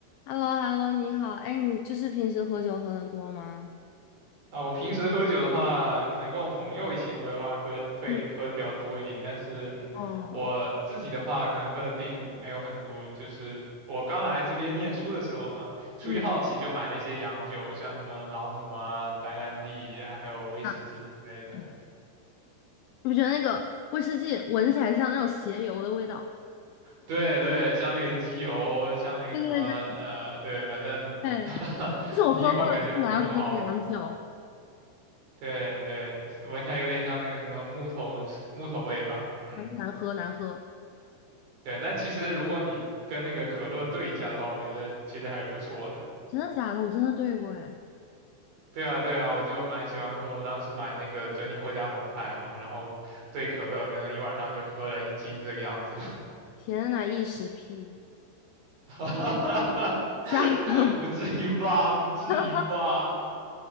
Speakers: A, on the left; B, on the right.
A: h e l l o h e l l o 你好，哎，你就是平时喝酒喝的多吗？
B: 啊，我平时喝酒的话，可能跟我朋友一起喝的话，喝会喝的比较多一点。
A: 嗯
B: 但是，嗯，
A: 哦，
B: 我自己的话，可能喝的并没有很多。就是我刚来这边念书的时候嘛，出于好奇就买了一些洋酒，
A: 嗯
B: 像什么朗姆啊、白兰地啊，还有威士忌之类的。
A: 啊，你不觉得那个威士忌闻起来像那种鞋油的味道？
B: 对对，像那个机油，像那个什么，
A: 对对对
B: 呃，对，反正
A: 对，
B: <laughs>
A: 这是我喝过的最难喝的洋酒，
B: 第一口感觉不是很好闻。对对，闻起来有点像那个什么木头木头味吧，嗯。
A: 反正难喝难喝，
B: 对，但其实如果你跟那个可乐兑一下的话，我觉得其实还是不错的。
A: 真的假的？我真的兑过，哎，
B: 对啊，对啊，我就蛮喜欢喝。我当时买那个珍妮获加红牌嘛，然后兑可乐，可能一晚上就喝了一斤这个样子。
A: 天呐，一时屁，
B: <laughs>
A: 吓人了！
B: 不至于吧？不至于吧？
A: <laughs>